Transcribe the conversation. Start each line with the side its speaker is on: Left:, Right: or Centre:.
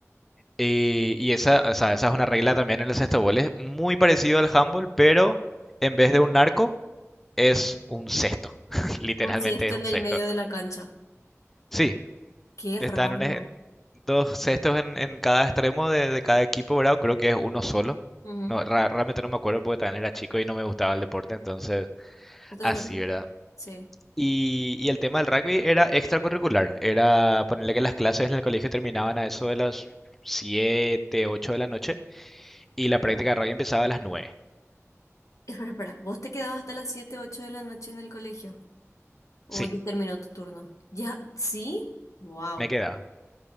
Centre: Y, y esa, o sea, esa es una regla también en el sexto gol. Es muy parecido al handball, pero en vez de un arco, es un cesto. <laughs> Literalmente
Left: Un esto
Centre: es
Left: en
Centre: un
Left: el
Centre: cesto.
Left: medio de la cancha.
Centre: Sí,
Left: Qué
Centre: están
Left: raro.
Centre: un ej- dos cestos en, en cada extremo de, de cada equipo, ¿verdad? Creo que es uno solo.
Left: Ujú.
Centre: No, ra- realmente no me acuerdo porque también era chico y no me gustaba el deporte, entonces
Left: ¿No te
Centre: así,
Left: gusta?
Centre: ¿verdad?
Left: Sí.
Centre: Y, y el tema del rugby era extracurricular. Era ponerle que las clases en el colegio terminaban a eso de las 7 8 de la noche y la práctica de radio empezaba a las nueve.
Left: Espera, espera. ¿Vos te quedabas hasta las 7, 8 de la noche en el colegio? ¿O
Centre: Sí,
Left: ya terminó tu turno? ¿Ya? ¿Sí? Wow.
Centre: me quedaba.